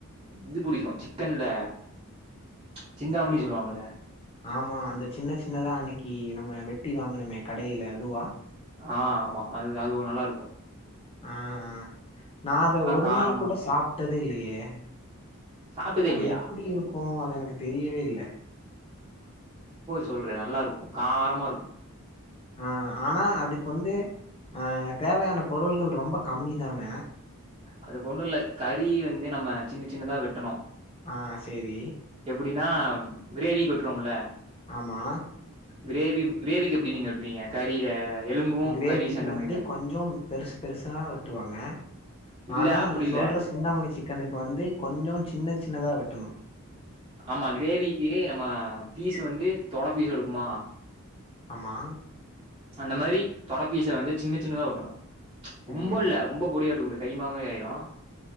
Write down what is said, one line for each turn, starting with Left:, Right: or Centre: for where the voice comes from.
Right: இது புடிக்கு சிக்கன்ல ச் சிந்தாமணி சொல்லுவாங்கள
Left: ஆமா அந்த சின்ன சின்னதா அன்னக்கி நம்ம வெட்டி வாங்குனமே கடையில அதுவா
Right: ஆ ஆமா அது அது ஒ நல்லாருக்கு
Left: ஆஹ் ஆஹ் நா அத ஒரு
Right: காரமா
Left: நாள் கூட சாப்பிட்டதே இல்லையே
Right: சாப்ட்டதே
Left: அது
Right: இல்லையா?
Left: எப்டி இருக்கு அது எனக்கு தெரியவே இல்ல
Right: சொல்றே நல்லா இருக்கும் காரமா இருக்கு
Left: ஆஹ் ஆனா அதுக்கு வந்து அஹ் தேவையான பொருள்கள் ரொம்ப கம்மி தான
Right: அதுக்கு ஒண்ணு இல்ல கறி வந்து நம்ம சின்ன சின்னதா வெட்டணும்
Left: ஆஹ் செரி
Right: அப்படின்னா கிரேவி வெட்டுரோம்ல
Left: ஆமா
Right: கிரேவி கிரேவிக்கு எப்படி நீங்க வெட்டுவீங்க கறில எலும்பும்
Left: கிரேவிக்கு
Right: கறி சேந்த
Left: வந்து
Right: மாரி தானே?
Left: கொஞ்சம் பெருசு பெருசா வெட்டுவாங்க
Right: இல்ல
Left: ஆனா
Right: அப்டி
Left: நீ
Right: இல்ல.
Left: சொல்ற சிந்தாமணி சிக்கனுக்கு வந்து கொஞ்சம் சின்ன சின்னதா வெட்
Right: ஆமா கிரேவிக்கு நம்ம ஃபீஸ் வந்து தொட ஃபீஸ் எடு மா
Left: ஆமா
Right: அந்த மாதிரி தொட ஃபீஸ்ச வந்து சின்ன சின்னதா வெட்டணும் ச் ரொம்ப
Left: ம்
Right: இல்ல ரொம்ப பொடிய வெட்டக்கூடாது கைமா மாதிரி ஆயிடு